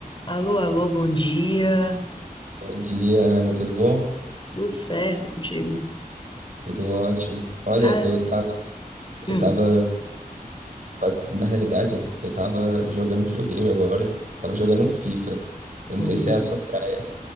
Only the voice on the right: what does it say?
Bom dia, Ana, tudo bom?
Tudo ótimo. Olha,
eu tava,
eu tava, fa- na realidade, eu tava jogando videogame agora. Tava jogando um FIFA. Eu não
sei
se é a sua praia,